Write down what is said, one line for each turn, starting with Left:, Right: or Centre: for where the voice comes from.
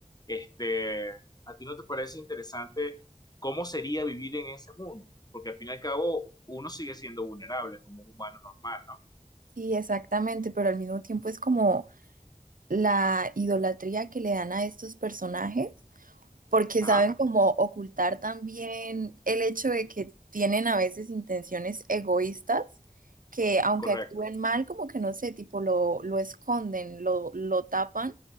Left: Este, ¿a ti no te parece interesante cómo sería vivir en ese mundo? Porque al fin y al cabo uno sigue siendo vulnerable como un humano normal, ¿no?
Right: Sí, exactamente, pero al mismo tiempo es como la idolatría que le dan a estos personajes porque
Left: Ajá,
Right: saben como ocultar también el hecho de que tienen a veces intenciones egoístas, que aunque
Left: correcto.
Right: actúen mal, como que no sé, tipo lo, lo esconden, lo, lo tapan